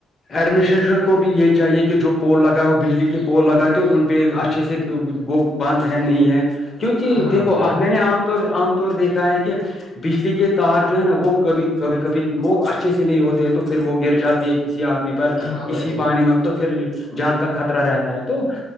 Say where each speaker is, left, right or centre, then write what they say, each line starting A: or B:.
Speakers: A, on the left; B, on the left.
A: ایڈمنسٹریشن کو بھی یہ چاہیے کہ جو پول لگائے ہو بجلی کے پول لگاتے ہو ان پہ اچھے سے وہ بند ہے نہیں ہے کیونکہ
B: ہاں
A: دیکھو
B: بھائی جان
A: میں نے عام طور عام طور دیکھا ہے کہ بجلی کے تار جو ہے نا وہ کبھی کبھی کبھی وہ اچھے سے نہیں ہوتے ہے تو پھر وہ گر جاتی ہے کسی آدمی پر
B: ہاں
A: کسی
B: بھائی جان
A: پانی میں تو پھر جان کا خطرہ رہتا ہے تو